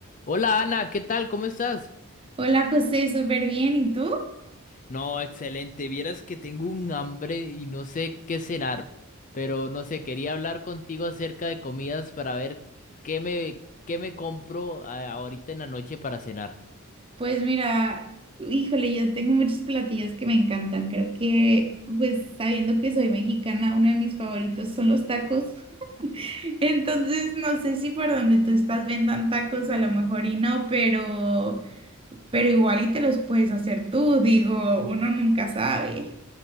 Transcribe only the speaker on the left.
Hola Ana, ¿qué tal? ¿Cómo estás?
No, excelente. Vieras que tengo un hambre y no sé qué cenar, pero no sé, quería hablar contigo acerca de comidas para ver qué me, qué me compro a- ahorita en la noche para cenar.